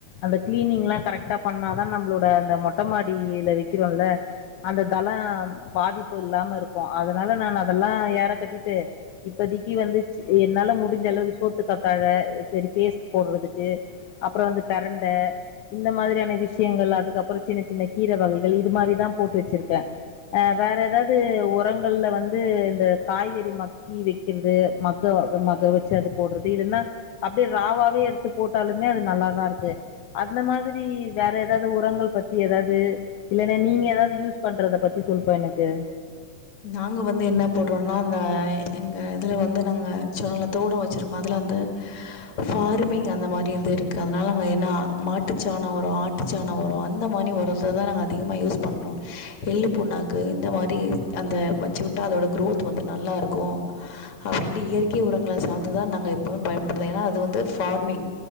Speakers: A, on the left (about 75°); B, on the left (about 50°).
A: அந்த கிளீனிங்லா கரக்டா பண்ணாதா நம்ளோட அந்த மொட்டமாடியில வெக்கிறோல்ல அந்த தளோ பாதிப்பு இல்லாம இருக்கு அதனால நான் அதெல்லா ஏற கட்டிட்டு இப்ப செடிக்கி வந்துச் என்னால முடிஞ்சளவு சோத்து கத்தாழ செரி ஃபேஸ்க் போட்றதுக்கு அப்றோ வந்து பிரண்ட இந்த மாதிரியான விஷயங்கள் அதுக்கப்பறோ சின்ன சின்ன கீர வகைகள் இது மாரிதா போட்டு வச்சிருக்கே அ வேற ஏதாது உரங்கள்ல வந்து இந்த காய்கறி மக்கி வெக்கிறது மக்கா மக வச்சு அது போட்றது இல்லைன்னா அப்டியே ராவாவே எடுத்து போட்டாலுமே அது நல்லாதா இருக்கு அந்த மாதிரி வேற எதாது உரங்கள் பத்தி எதா து இல்லன்னா நீங்க எதாது யூஸ் பண்றத பத்தி சொல்ப்பா எனக்கு
B: நாங்க வந்து என்னா போட்றோனா அந்த எங்க இதுல வந்து நாங்க சில நல்ல தோடோ வச்சுருக்கோ அதில வந்து ஃபார்மிங் அந்த மாரி இது இருக்கு அதனால நா என்ன மாட்டு சாணோ வரு ஆட்டு சாணோ வரு அந்த மானி ஒரத்த தா நாங் அதிகமாக யூஸ் பண்ணுறோ எள்ளு புண்ணாக்கு இந்த மாரி அந்த வச்சுவுட்டா அதோட க்ரோத் வந்து நல்லா இருக்கு அப்டின்ட்டு இயற்கை உரங்கள சார்ந்துதா நாங்க எப்பவு பயன்படுது ஏனா அது வந்து ஃபார்மிங்